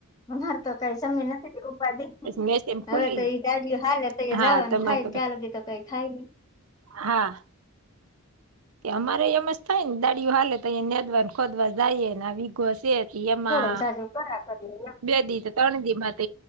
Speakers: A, on the left; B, on the right.
A: મારતો કઈ સમય નથી
B: મેસ એમ
A: હવે
B: ખુલી
A: તો ઈ દાડીઓ હાલે તો
B: જાય હા
A: જવાનું
B: તમારે
A: થાય ત્યાં લગી તો કઈ થાય નહી
B: હા અમારે એમ જ થાય ને દાડીયુ હાલે તો અ નેદવાને ખોદવા જાયને આ વિઘોસ એ એમાં
A: થોડું સાજુ કરા કરીએ એમ
B: બે દી ત્રણ દી માં ત